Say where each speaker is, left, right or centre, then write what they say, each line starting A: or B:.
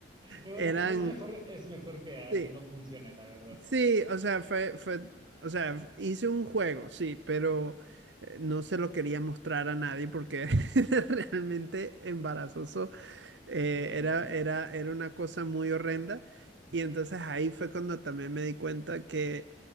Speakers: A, on the right; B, on the right.
A: Bueno,
B: Eran,
A: es mejor, es mejor que, ah,
B: sí,
A: que no funcione, la verdad.
B: sí, o sea, fue, fue, o sea, hice un juego, sí, pero eh, no se lo quería mostrar a nadie porque <laughs> era realmente embarazoso. Eh,
A: Claro,
B: era,
A: claro.
B: era, era una cosa muy horrenda. Y entonces ahí fue cuando también me di cuenta que